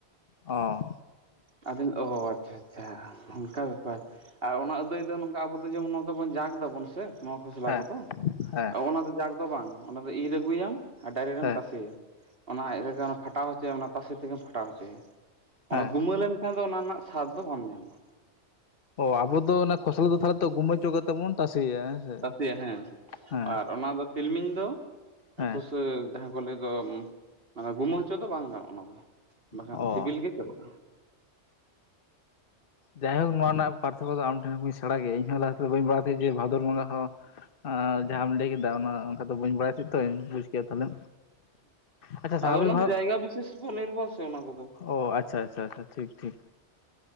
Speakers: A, on the left (about 55°); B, on the right (about 55°).
A: ᱚ
B: ᱟᱫᱚ ᱚᱻ ᱟᱪᱪᱷᱟ ᱟᱪᱪᱷᱟ ᱚᱱᱠᱟ ᱵᱮᱯᱟᱨ ᱟᱨ ᱚᱱᱟ ᱟᱹᱫᱟᱹᱭ ᱫᱚ ᱱᱚᱝᱠᱟ ᱟᱵᱚ ᱫᱚ ᱡᱮᱢᱚᱱ ᱱᱚᱣᱟ ᱫᱚᱵᱚᱱ ᱡᱟᱸᱠ ᱫᱟᱵᱚᱱ ᱥᱮ ᱱᱚᱣᱟ ᱠᱷᱚᱥᱞᱟ
A: ᱦᱮᱸ
B: ᱠᱚᱫᱚ᱾
A: ᱦᱮᱸ
B: ᱚᱱᱟ ᱫᱚ ᱡᱟᱠ ᱫᱚ ᱵᱟᱝ ᱚᱱᱟ ᱫᱚ ᱤᱨ ᱟᱹᱜᱩᱭᱟᱢ ᱟᱨ ᱰᱟᱭᱨᱮᱴ
A: ᱦᱮᱸ
B: ᱮᱢ ᱛᱟᱥᱮᱭᱟ᱾ ᱚᱱᱟ ᱮᱰᱮ ᱠᱷᱟᱱ ᱯᱷᱟᱴᱟᱣ ᱦᱚᱪᱚᱭᱟ ᱚᱱᱟ ᱛᱟᱥᱮ ᱛᱮᱜᱮᱢ ᱯᱷᱟᱴᱟᱣ ᱦᱚᱪᱚᱭᱟ
A: ᱦᱮᱸ
B: ᱚᱱᱟ ᱜᱩᱢᱟᱹᱞ ᱦᱮ ᱫᱚ ᱚᱱᱟ ᱨᱮᱱᱟᱜ ᱥᱟᱫ ᱫᱚ ᱵᱟᱢ ᱧᱟᱢᱟ
A: ᱚ ᱟᱵᱚ ᱫᱚ ᱚᱱᱟ ᱠᱷᱚᱥᱚᱞᱟ ᱫᱚ ᱛᱟᱦᱚᱞᱮ ᱛᱚ ᱜᱩᱹᱢᱟᱣ ᱦᱚᱪᱚ ᱠᱟᱛᱮ ᱵᱚᱱ ᱛᱟᱥᱮᱭᱟ ᱦᱮᱸ ᱥᱮ
B: ᱛᱟᱥᱮᱭᱟ ᱦᱮᱸ
A: ᱦᱮᱸ
B: ᱟᱨ ᱚᱱᱟ ᱫᱚ ᱛᱤᱞᱢᱤᱧ ᱫᱚ
A: ᱦᱮᱸ
B: ᱠᱷᱩᱥ ᱡᱟᱦᱟᱸ ᱠᱚ ᱞᱟᱹᱭ ᱫᱚ ᱢᱟᱱᱮ ᱜᱩᱢᱟᱹ ᱦᱚᱪᱚ ᱫᱚ ᱵᱟᱝ ᱜᱟᱱᱚᱜᱼᱟ ᱚᱱᱟ ᱫᱚ ᱵᱟᱠᱷᱟᱱ
A: ᱚ
B: ᱥᱤᱵᱤᱞ ᱜᱮ ᱪᱟᱵᱟᱜᱼᱟ
A: ᱡᱟᱭᱦᱳᱠ ᱱᱚᱣᱟ ᱨᱮᱱᱟᱜ ᱯᱟᱨᱛᱷᱚᱠᱚ ᱫᱚ ᱟᱢ ᱴᱷᱮᱱ ᱠᱷᱚᱱ ᱥᱮᱲᱟ ᱜᱮ᱾ᱤᱧ ᱦᱚᱸ ᱞᱟᱦᱟ ᱵᱟᱹᱧ ᱵᱟᱲᱟᱭ ᱛᱟᱦᱮᱸᱫ ᱡᱮ ᱵᱷᱟᱫᱚᱨ ᱵᱚᱸᱜᱟ ᱦᱚᱸ ᱡᱟᱦᱟᱸᱢ ᱞᱟᱹᱭ ᱠᱮᱫᱟ ᱚᱱᱟ ᱚᱱᱠᱟ ᱫᱚ ᱵᱟᱹᱧ ᱵᱟᱲᱟᱭᱟ ᱛᱟᱦᱮᱫ ᱛᱚ ᱛᱟᱦᱚᱞᱮ ᱟᱪᱪᱷᱟ
B: ᱟᱫᱚ
A: ᱥᱟᱦ ᱵᱤᱵᱷᱟᱜᱽ
B: ᱚᱱᱟ ᱫᱚ ᱡᱟᱭᱜᱟ ᱵᱤᱥᱮᱥ ᱩᱯᱚᱨ ᱱᱤᱨᱵᱷᱚᱨ ᱥᱮ ᱚᱱᱟ ᱠᱚᱫᱚ
A: ᱚ ᱟᱪᱪᱷᱟ ᱟᱪᱪᱷᱟ ᱟᱪᱪᱷᱟ ᱴᱷᱤᱠ ᱴᱷᱤᱠ